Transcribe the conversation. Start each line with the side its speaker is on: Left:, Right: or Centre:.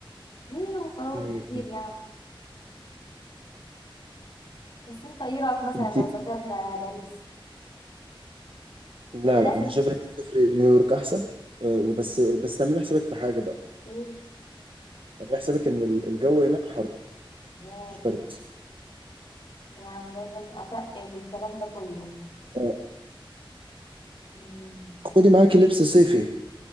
Left: ليه وفوائد
Right: مم.
Left: كتير يعني بس انت ايه رأيك مثلا
Right: انت
Left: لو سافرنا باريس
Right: لا
Left: ولا لازم
Right: لا انا شايف ان الصفر نيويورك احسن أه، وبس بس تعمل حسابك في حاجه بقى
Left: ايه
Right: تعمل حسابك ان ال- الجو هناك حر
Left: لا
Right: مش برد
Left: يعني لازم اتقل والكلام ده كله
Right: أه،
Left: مم.
Right: خدي معاكي لبس صيفي